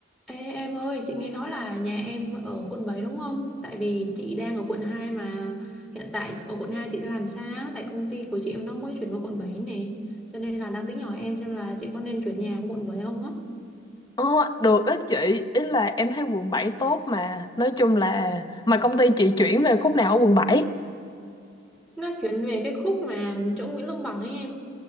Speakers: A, in the centre; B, on the left.
A: Ê, em ơi, chị nghe nói là nhà em ở quận 7 đúng không? Tại vì chị đang ở quận 2 mà hiện tại ở quận 2 chị đang làm sao? Tại công ty của chị em nó mới chuyển vào quận 7 nè. Cho nên là đang tính hỏi em xem là chị có nên chuyển nhà của quận 7 không á.
B: Ờ, được đó chị, ý là em thấy quận 7 tốt mà Nói chung là mà công ty chị chuyển về khúc nào ở quận 7?
A: Nó chuyển về cái khúc mà chỗ Nguyễn Lương Bằng ấy em.